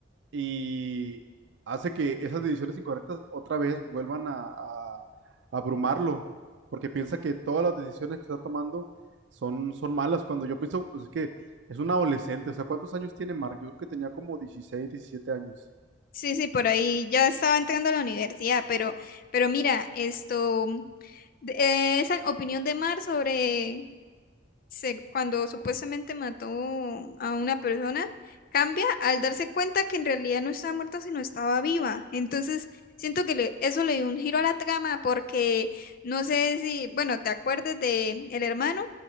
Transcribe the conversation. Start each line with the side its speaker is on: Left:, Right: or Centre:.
Right: y hace que esas decisiones incorrectas otra vez vuelvan a, a- a abrumarlo, porque piensa que todas las decisiones que está tomando son, son malas, cuando yo pienso, pues es que es un adolescente, o sea, ¿cuántos años tiene Mark? Yo creo que tenía como 16 17 años.
Left: sí, sí, por ahí ya estaba entrando a la universidad, pero, pero mira, esto, de- eh, esa opinión de Mar sobre se- cuando supuestamente mató a una persona, cambia al darse cuenta que en realidad no estaba muerta, sino estaba viva. Entonces, siento que le- eso le dio un giro a la trama porque no sé si, bueno, te acuerdes de el hermano,